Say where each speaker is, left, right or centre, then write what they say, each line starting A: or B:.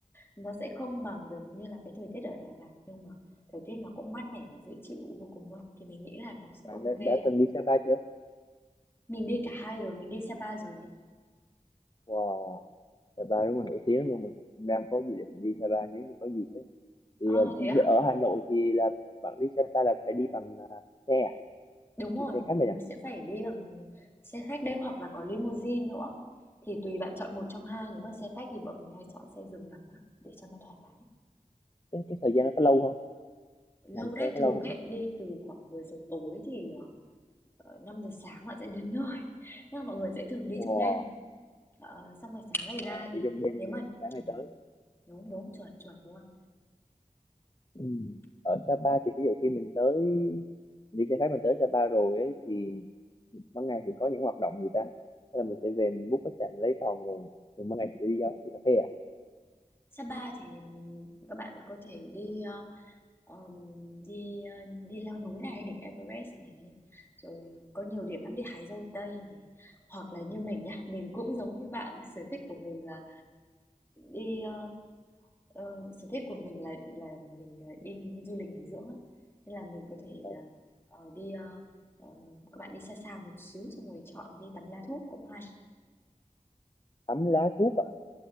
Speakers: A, on the left (about 15°); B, on the left (about 30°).
A: Nó sẽ không bằng được như là cái thời tiết ở Đà Lạt, nhưng mà thời tiết nó cũng mát mẻ và dễ chịu vô cùng luôn, thì mình nghĩ là nó sẽ
B: bạn
A: OK.
B: đã, đã từng đi Sapa chưa
A: Mình đi cả hai rồi, mình đi Sapa rồi này.
B: wow Sapa đúng là nổi tiếng luôn mình cũng đang có dự định đi Sapa nếu như có dịp ấy thì
A: Ờ,
B: ờ,
A: thế à?
B: ở Hà Nội thì là bạn đi Sapa là phải đi bằng à, xe à
A: Đúng rồi,
B: đi xe khách
A: ừm,
B: là
A: sẽ
B: à?
A: phải đi bằng xe khách đấy hoặc là có limousine nữa. Thì tùy bạn chọn một trong hai, nếu mà xe khách thì bọn mình hay chọn xe giường nằm á, để cho nó thoải mái.
B: cái, cái thời gian nó có lâu không
A: Lâu
B: làm
A: đấy,
B: xe có
A: thường
B: lâu không
A: ấy, đi từ khoảng 10 giờ tối thì ờ, 5 giờ sáng bạn sẽ đến nơi. Nhưng mà mọi người sẽ thường đi
B: wow
A: trong đêm. Ờ, xong rồi sáng ngày
B: ờ,
A: ra thì
B: đi trong đêm
A: nếu mà
B: này, sáng nay
A: ừm,
B: tới
A: Đúng, đúng, chuẩn, chuẩn luôn.
B: ừ. ở Sapa thì ví dụ khi mình tới đi xe khách mình tới Sapa rồi ấy thì ban ngày thì có những hoạt động gì ta Thế là mình sẽ về mình book khách sạn lấy phòng rồi rồi ban ngày thì đi đâu đi cà phê à
A: Sapa thì các bạn có thể đi ờ, ờm, đi ờ, đi leo núi này, đỉnh Everest này, rồi ờ, có nhiều điểm lắm đi hái dâu tây này, hoặc là như mình nhá, mình cũng giống như bạn, sở thích của mình là đi ờ, ờ, sở thích của mình là là mình ờ, đi nghỉ- du lịch nghỉ dưỡng á. Nên là mình có thể
B: Ờ,
A: là ờ, đi ờ, ờ, các bạn đi xa xa một xíu xong rồi chọn đi tắm lá thuốc cũng hay.
B: tắm lá thuốc à